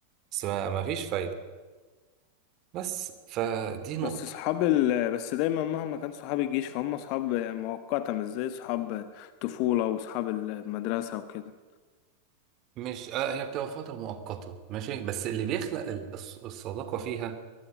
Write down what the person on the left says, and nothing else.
بس صحاب ال... بس دايما مهما كان صحاب الجيش فهم صحاب مؤقتة مش زي صحاب طفولة وصحاب المدرسة وكده